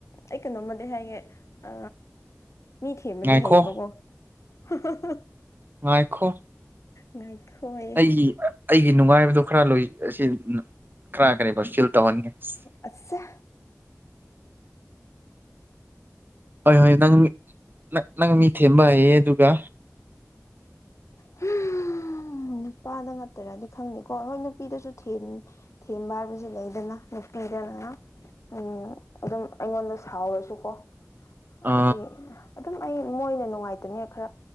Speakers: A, on the left; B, on the right.
A: ꯑꯩ ꯀꯩꯅꯣꯝꯃꯗꯤ ꯍꯥꯏꯒꯦ ꯑ ꯃꯤ ꯊꯦꯝꯕꯗꯤ
B: ꯉꯥꯏꯈꯣ
A: ꯍꯩꯌꯦꯕꯀꯣ <unintelligible>
B: ꯉꯥꯏꯈꯣ
A: ꯉꯥꯏꯈꯣ ꯍꯥꯏꯌꯦ
B: ꯑꯩꯒꯤ ꯑꯩꯒꯤ ꯅꯨꯡꯉꯥꯏꯕꯗꯣ ꯈꯔ ꯂꯣꯏ ꯑꯁꯤ ꯈꯔ ꯀꯔꯦꯕ ꯐꯤꯜ ꯇꯧꯍꯟꯒꯦ ꯏꯁ <unintelligible>
A: ꯑꯆꯁꯥ
B: ꯍꯣꯏ ꯍꯣꯏ ꯅꯪꯪ ꯅꯪ ꯃꯤ ꯊꯦꯝꯕ ꯍꯩꯌꯦ ꯑꯗꯨꯒ
A: ꯍꯨꯝ ꯅꯨꯄꯥꯗ ꯉꯇꯥꯔꯗꯤ ꯈꯪꯗꯦꯀꯣ ꯍꯣꯏ ꯅꯨꯄꯤꯗꯁꯨ ꯊꯦꯝ__ ꯊꯦꯝꯕ ꯍꯥꯏꯕꯁꯤ ꯂꯩꯗꯅꯗ ꯅꯨꯄꯤꯗ ꯉꯥꯛ__ ꯎꯝ ꯑꯗꯨꯝ ꯑꯩꯉꯣꯟꯗ ꯁꯥꯎꯔꯁꯨꯀꯣ
B: ꯑ
A: ꯍꯥꯏꯗꯤ ꯑꯗꯨꯝ ꯑꯩ ꯃꯣꯏꯅ ꯅꯨꯡꯉꯥꯏꯇꯅꯦꯛ ꯈꯔ